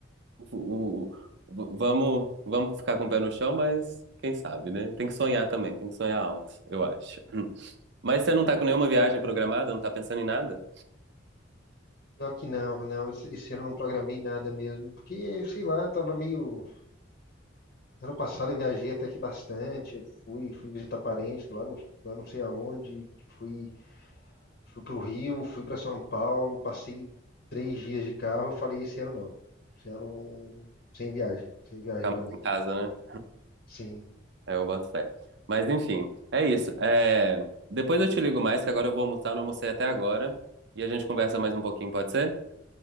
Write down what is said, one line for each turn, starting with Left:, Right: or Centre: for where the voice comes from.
Right: O- o- vamos, vamos ficar com o pé no chão, mas quem sabe, né? Tem que sonhar também, tem que sonhar alto, eu acho. Mas você não tá com nenhuma viagem programada, não tá pensando em nada?
Left: Pior que não, não. Esse esse ano eu não programei nada mesmo, porque, sei lá, eu tava meio. Ano passado eu viajei até que bastante. Eu fui, fui visitar parentes lá, não, lá não sei aonde. Fui Fui para o Rio, fui para São Paulo, passei três dias de carro. Eu falei, esse ano não. Esse ano sem viagem, sem viagem
Right: Ficar
Left: para
Right: mais
Left: mim.
Right: em casa, né?
Left: Sim,
Right: É, eu boto fé. Mas enfim, é isso. É, Depois eu te ligo mais, que agora eu vou almoçar, não almocei até agora. E a gente conversa mais um pouquinho, pode ser?